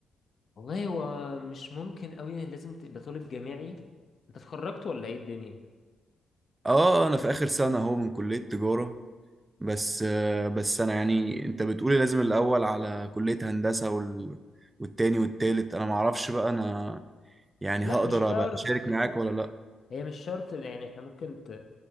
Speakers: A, on the left (about 50°); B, on the right (about 20°).
A: والله هو مش ممكن قوي لازم تبقى طالب جامعي انت اتخرجت ولا ايه الدنيا
B: اه اه. انا في اخر سنة اهو من كلية تجارة بس آه، بس انا يعني انت بتقولي لازم الاول على كلية هندسة وال... والتاني والتالت انا معرفش بقى انا يعني
A: لا
B: هقدر
A: مش شرط
B: ابقى اشارك معاك ولا لا
A: هي مش شرط يعني احنا ممكن ت...